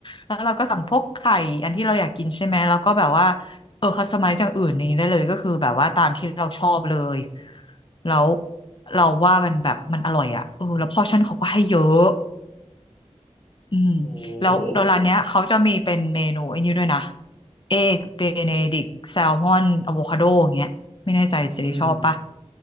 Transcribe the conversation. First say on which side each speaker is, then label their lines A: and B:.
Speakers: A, on the left; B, on the left.
A: แล้วเราก็สั่งพวกไข่อันที่เราอยากกินใช่ไหมแล้วก็แบบว่าเออคัสตอมไมซ์จากอื่นนี้ได้เลยก็คือแบบว่าตามที่เราชอบเลยแล้วเราว่ามันแบบมันอร่อยอ่ะเออแล้วพอชั่นเขาก็ให้เยอะอืม
B: โอ้โห
A: แล้วแล้วร้านเนี้ยเขาจะมีเป็นเมนูไอ้นี่ด้วยนะเอกเบเนดิกแซลมอนอะโวคาโดอย่างเงี้ยไม่แน่ใจเจ๊ชอบปะ
B: อืม